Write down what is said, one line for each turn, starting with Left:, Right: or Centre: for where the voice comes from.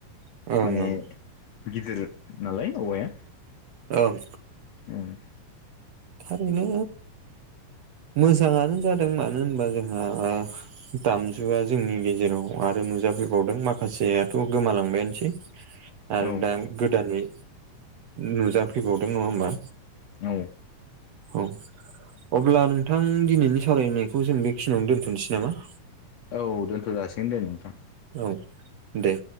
Right: ओं
Left: माने
Right: ओं
Left: गिदिर नालाय औवाया
Right: ओं
Left: उम
Right: थारैनो मोजाङानो जादों मानो होनबा जोंहा दामजुआ जोंनि गेजेराव आरो नुजाफैबावदों माखासेयाथ' गोमालांबायानोसै
Left: औ
Right: आरो दा गोदानै नुजाफैबावदों नङा होमा
Left: औ
Right: औ अब्ला नोंथां दिनैनि सावरायनायखौ जों बेखिनियावनो दोनथ'नोसै नामा
Left: औ दोनथ' जासिगोन दे नोंथां
Right: औ दे